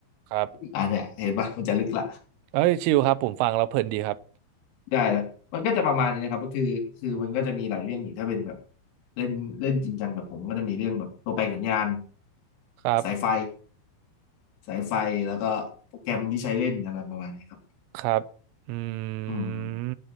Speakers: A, on the right; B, on the left.
A: ครับ
B: อ่าเนี่ยเห็นปะมันจะลึกละ
A: เอ้ยชิลครับผมฟังแล้วเพลินดีครับ
B: ได้ละมันก็จะประมาณนี้นะครับก็คือคือมันก็จะมีหลายเรื่องอีกถ้าเป็นแบบเล่นเล่นจริงจังแบบผมก็จะมีเรื่องแบบตัวแปลสัญญาณ
A: ครับ
B: สายไฟสายไฟแล้วก็โปรแกรมที่ใช้เล่นอะไรประมาณนี้ครับ
A: ครับอืม
B: อืม